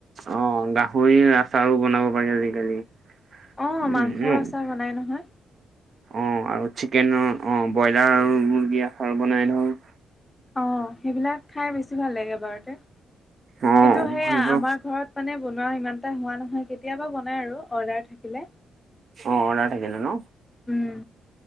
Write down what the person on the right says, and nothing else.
অ' গাহৰিৰ আচাৰো বনাব পাৰি আজিকালি।
<unintelligible>
অ' আৰু চিকেনৰ অ' ব্ৰইলাৰ আৰু মুৰ্গীৰ আচাৰ বনাই নহয়।
অ
সেইটো
অ' অৰ্ডাৰ থাকিলে ন'?